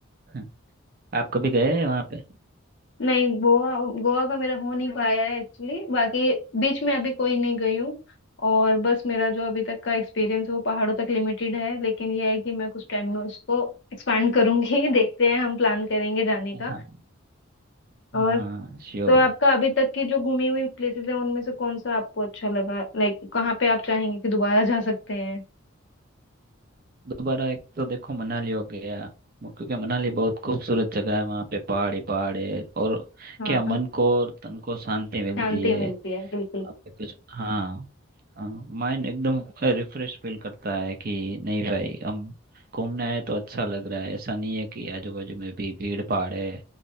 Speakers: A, on the right; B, on the left.
A: हाँ, आप कभी गए हैं वहाँ पे
B: नहीं गोवा गोवा का मेरा हो नहीं पाया है एक्चुअली बाकी बीच में अभी कोई नहीं गई हूँ और बस मेरा जो अभी तक का एक्सपीरियंस है वो पहाड़ों तक लिमिटेड है लेकिन यह है कि मैं कुछ टाइम में उसको एक्सपैंड करूंगी <laughs> देखते हैं हम प्लान करेंगे जाने का
A: हाँ
B: और
A: हाँ श्योर
B: तो आपका अभी तक की जो घूमी हुई प्लेसेस है उनमें से कौन सा आपको अच्छा लगा लाइक कहाँ पे आप चाहेंगे कि दोबारा जा सकते हैं
A: दोबारा एक तो देखो मनाली हो गया वो- क्योंकि मनाली बहुत खूबसूरत जगह है वहाँ पे पहाड़ ही पहाड़ है और
B: हाँ
A: क्या मन को और तन को शांति मिलती
B: शांति
A: है
B: मिलती है बिल्कुल
A: आपके कुछ हाँ हाँ माइंड एकदम रिफ्रेश फील करता है कि नहीं भाई हम घूमने आए तो अच्छा लग रहा है ऐसा नहीं है कि आजू बाजू में भी भीड़ भाड़ है